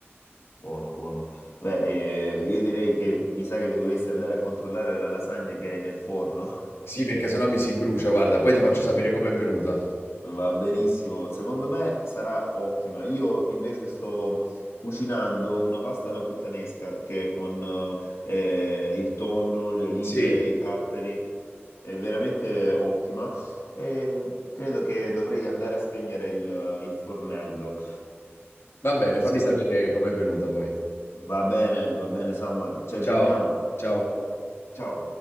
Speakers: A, on the left (about 85°); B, on the left (about 65°).
A: buono, buono. Beh, eh, io direi che mi sa che dovresti andare a controllare la lasagna che hai nel forno.
B: Sì, perché se no mi si brucia, guarda, poi ti
A: <laughs>
B: faccio sapere com'è venuta.
A: Va benissimo, secondo me sarà ottima. Io invece sto cucinando una pasta alla puttanesca che con eh, eh, il tonno, le olive,
B: Sì,
A: i capperi è veramente ottima e credo che dovrei andare a spegnere il, il fornello.
B: va bene,
A: Sì,
B: fammi sapere com'è venuta poi.
A: va bene, va bene Samuel, ci aggiorniamo.
B: Ciao, ciao.
A: Ciao.